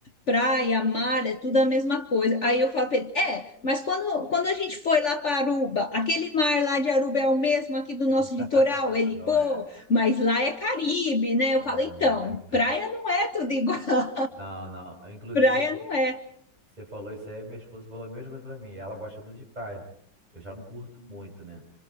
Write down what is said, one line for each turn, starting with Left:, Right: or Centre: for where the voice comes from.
Left: praia, mar, é tudo a mesma coisa. Aí eu falo para ele, é, mas quando, quando a gente foi lá para Aruba, aquele mar lá de Aruba é o mesmo aqui do nosso
Right: <laughs>
Left: litoral? Ele,
Right: não
Left: pô,
Right: é,
Left: mas lá é Caribe, né? Eu
Right: é.
Left: falo, então, praia não é tudo igual. <laughs>
Right: Não, não. Inclusive,
Left: Praia
Right: você, fa-
Left: não é.
Right: você falou isso aí, minha esposa falou a mesma coisa pra mim. Ela gosta muito de praia. Eu já não curto muito, né?